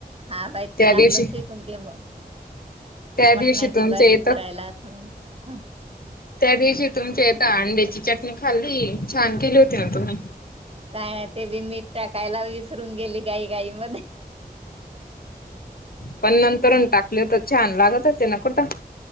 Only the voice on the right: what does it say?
हा बाई तू
चांगलं
शिकून घे म.
मटणाची
भाजी
करायला आ
काय नाही ते बी मीठ टाकायला विसरून गेली गाई गाई मध्ये